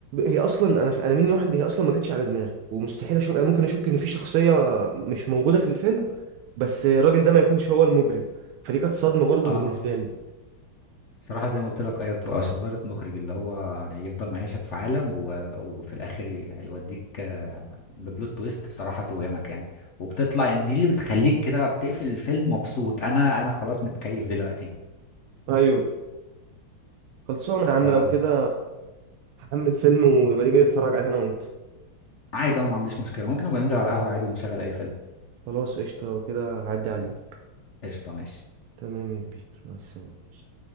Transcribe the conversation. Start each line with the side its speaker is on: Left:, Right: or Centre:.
Right: هي اصلا انا انا مني واحد هي اصلا ما جاتش على دماغي ومستحيل اشك انا ممكن اشك ان في شخصية مش موجودة في الفيلم بس الراجل ده ما يكونش هو المجرم فدي كانت صدمة برضو
Left: اه
Right: بالنسبة لي
Left: صراحة زي ما قلت لك أيوة بتبقى شطارة مخرج اللي هو يعني يفضل معيشك في عالم و... وفي الآخر ي- يعني يوديك آه، ببلوت تويست بصراحة توهمك يعني وبتطلع يعني دي اللي بتخليك كده بتقفل الفيلم مبسوط أنا أنا خلاص متكيف دلوقتي
Right: ايوه خلصانة
Left: فعادي
Right: يا عم لو كده هحمل فيلم ونبقى نيجي نتفرج عليه انا وانت
Left: أه ما عنديش مشكلة ممكن نبقى ننزل على القهوة عادي ونشغل أي فيلم
Right: خلاص قشطة لو كده عدي عليك
Left: قشطة ماشي
Right: تمام يا كبير مع السلامة